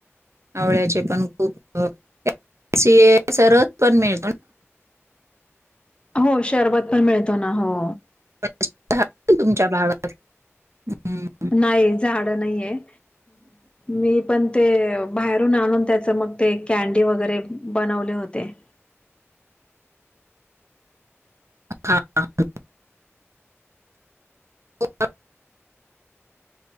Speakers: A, on the right (about 70°); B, on the left (about 20°).
A: आवळ्याचे पण खूप <unintelligible> पण मिळ
B: हो शरबत पण मिळतो ना. हो.
A: <unintelligible> तुमच्या भागात. हम्म.
B: नाही झाडं नाहीय. मी पण ते बाहेरून आणून त्याच मग ते कॅन्डी वगैरे बनवले होते.
A: <unintelligible>